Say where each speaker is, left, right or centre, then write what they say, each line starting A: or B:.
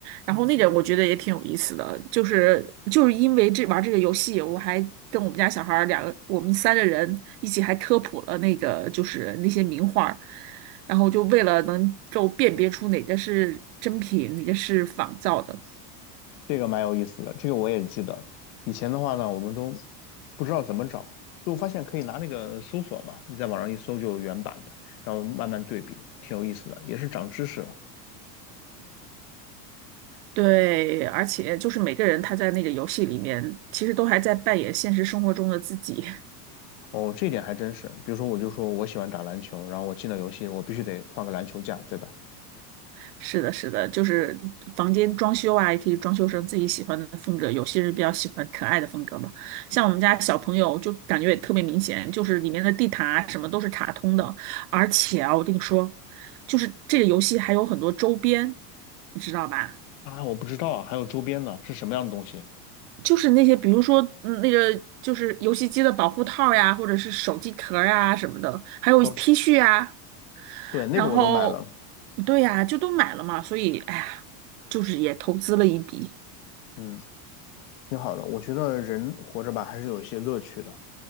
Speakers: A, on the right; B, on the left.
A: 然后那个我觉得也挺有意思的，就是就是因为这玩这个游戏，我还跟我们家小孩儿两个，我们三个人一起还科普了那个就是那些名画儿，然后就为了能够辨别出哪个是真品，哪个是仿造的。
B: 这个蛮有意思的，这个我也记得。以前的话呢，我们都不知道怎么找，就发现可以拿那个搜索嘛，你在网上一搜就有原版的，然后慢慢对比，挺有意思的，也是长知识了。
A: 对，而且就是每个人他在那个游戏里面，其实都还在扮演现实生活中的自己。
B: 哦，这点还真是。比如说，我就说我喜欢打篮球，然后我进了游戏，我必须得放个篮球架，对吧？
A: <laughs> 是的，是的，就是房间装修啊，也可以装修成自己喜欢的风格。有些人比较喜欢可爱的风格嘛，像我们家小朋友就感觉也特别明显，就是里面的地毯啊什么都是卡通的。而且啊，我跟你说，就是这个游戏还有很多周边，你知道吧？
B: 啊，我不知道啊，还有周边呢，是什么样的东西？
A: 就是那些，比如说嗯那个就是游戏机的保护套呀，或者是手机壳儿啊什么的，还有
B: 哦，
A: T 恤啊，
B: 对，那个我都买了，
A: 然后对呀，就都买了嘛，所以哎呀，就是也投资了一笔。
B: 嗯，挺好的。我觉得人活着吧，还是有一些乐趣的。